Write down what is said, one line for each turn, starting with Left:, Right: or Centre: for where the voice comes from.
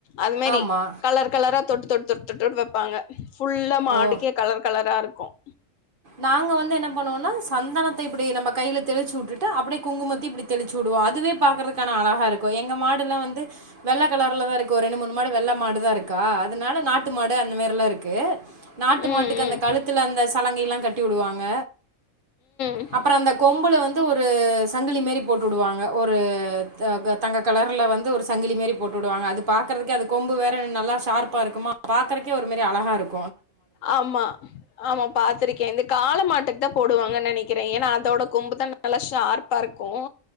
Left: அது மாரி
Right: ஆமா
Left: கலர் கலரா தொட்டு தொட் தொட் தொட்டு வைப்பாங்க ஃபுல்லா மாடுக்கே
Right: ஓ
Left: கலர் கலரா கும்
Right: நாங்க வந்து என்ன பண்ணுவோம்னா சந்தனத்த இப்டி நம்ப கையில தெளிச்சு விட்டுட்டு அப்படியே குங்குமத்த இப்படி தெளிச்சு விடுவோம் அதுவே பாக்குறதுக்கான அழகா இருக்கும் எங்க மாடுலாம் வந்து வெள்ள கலர்லதான் இருக்கு ஒரு ரெண்டு மூணு மாடு வெள்ள மாடுதான் இருக்கா அதனால நாட்டு மாடு அந்த மாரில்லாம் இருக்கு நாட்டு
Left: ம்,
Right: மாட்டுக்கு அந்த
Left: ம்.
Right: கழுத்துல அந்த சலங்கை எல்லாம் கட்டி உடுவாங்க
Left: ம்.
Right: அப்பறம் அந்த கொம்புல வந்து ஒரு சங்கிலி மாரி போட்டுவிடுவாங்க ஒரு தங்க கலர்ல வந்து ஒரு சங்கிலி மாரி போட்டுவிடுவாங்க அது பாக்குறகுக்கு அது கொம்பு வேற நல்லா ஷார்பா இருக்குமா பாக்குறதுக்கே ஒரு மாரி அழகா இருக்கும்
Left: ஆமா ஆமா பாத்துருக் ஓகே இந்த கால மாட்டுக்கு தான் போடுவாங்கன்னு நினைக்கிறேன் ஏன்னா அதோட கொம்பு தான் நல்லா ஷார்ப்பா இருக்கும்